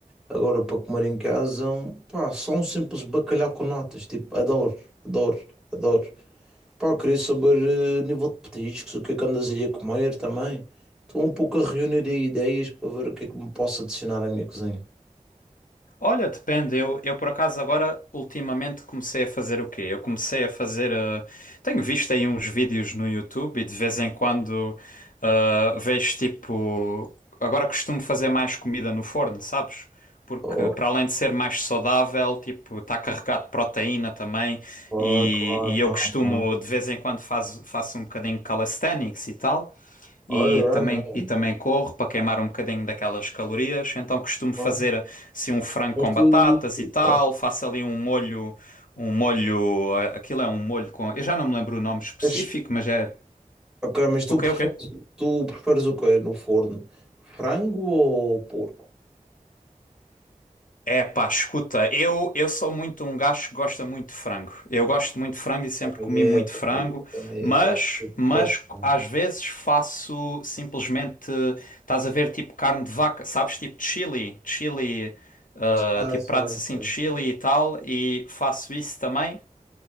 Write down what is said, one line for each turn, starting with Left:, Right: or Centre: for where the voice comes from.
Centre: Agora, para comer em casa, um- pá, só um simples bacalhau com natas. Tipo, adoro, adoro, adoro. Pá, queria saber, eh, nível de petiscos, o que é que andas aí a comer também. Estou um pouco a reunir aí ideias para ver o que é que me posso adicionar à minha cozinha.
Left: Olha, depende. Eu, eu por acaso agora ultimamente comecei a fazer o quê? Eu comecei a fazer. eh, Tenho visto aí uns vídeos no YouTube e de vez em quando eh, vejo tipo. Agora costumo fazer mais comida no forno, sabes? Porque
Centre: Oh,
Left: para além de ser mais saudável, tipo, está carregado de proteína também
Centre: claro,
Left: e,
Centre: claro,
Left: e eu
Centre: claro,
Left: costumo
Centre: claro.
Left: de vez em quando faz, faço um bocadinho de calisthenics e tal.
Centre: Olha,
Left: e também,
Centre: é, é,
Left: e também corro para queimar um bocadinho daquelas calorias. Então costumo fazer
Centre: claro.
Left: assim um frango
Centre: Mas
Left: com
Centre: tu.
Left: batatas e tal,
Centre: Ok,
Left: faço ali um molho, um molho, eh, aquilo é um molho com, eu já não me lembro o nome específico,
Centre: mas,
Left: mas é
Centre: ok, mas tu
Left: o quê,
Centre: preferes,
Left: o quê?
Centre: tu preferes o quê no forno? Frango ou porco?
Left: É pá, escuta, eu, eu sou muito um gajo que gosta muito de frango. Eu gosto muito de frango e sempre
Centre: Também
Left: comi
Centre: é,
Left: muito
Centre: também
Left: frango,
Centre: é, também
Left: mas,
Centre: é. Também é.
Left: mas às vezes faço simplesmente, estás a ver, tipo carne de vaca, sabes, tipo de chili, chili, ah,
Centre: Ah,
Left: tipo
Centre: é certo,
Left: pratos assim
Centre: é
Left: de
Centre: certo.
Left: chili e tal, e faço isso também.